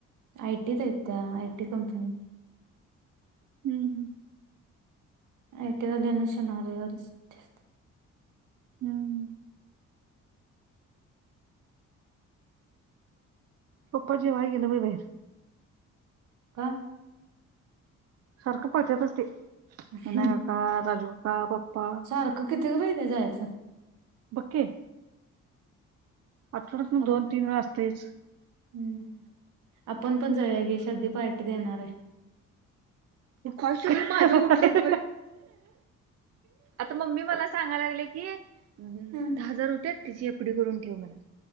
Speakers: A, on the right (about 75°); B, on the right (about 55°).
A: आय टीत आहेत त्या आय टी कंपनी.
B: हम्म हम्म.
A: आय टी वाल्यांना शनिवार, रविवार सुट्टी असते.
B: हम्म. पप्पा जेवाय गेलोय बाई बाहेर.
A: का
B: सारखं पटयत असते
A: हम्म.
B: विनाय काका, राजूकाका, पप्पा
A: सारखं किती गं बाय जायच?
B: बघ की आठवड्यातनं
A: आप-
B: दोन-तीन वेळ असतेच.
A: हम्म, आपण पण जाय गे सद्दी पार्टी देणार आहे.
B: <unintelligible> आता मम्मी मला सांगा लागले की दहा
A: हम्म.
B: हजार होते त्याची एपडी करून ठेव म्हणा.